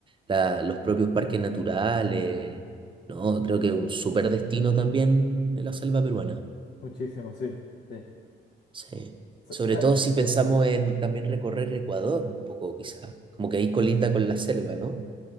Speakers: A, on the right (about 25°); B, on the left (about 55°).
A: la- los propios parques naturales, ¿no? Creo que es un súper destino también de la selva peruana.
B: Muchísimo, sí, sí.
A: Sí.
B: Sa-
A: Sobre
B: sa-
A: todo si pensamos en también recorrer Ecuador un poco, quizá. Como que ahí colinda con la selva, ¿no?